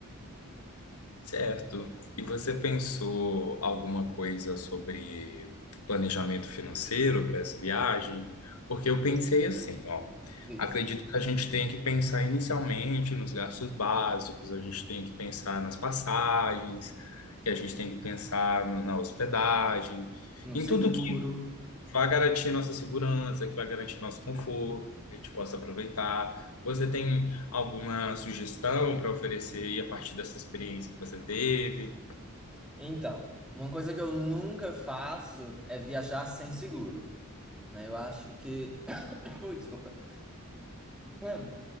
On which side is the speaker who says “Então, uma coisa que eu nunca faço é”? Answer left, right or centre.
Centre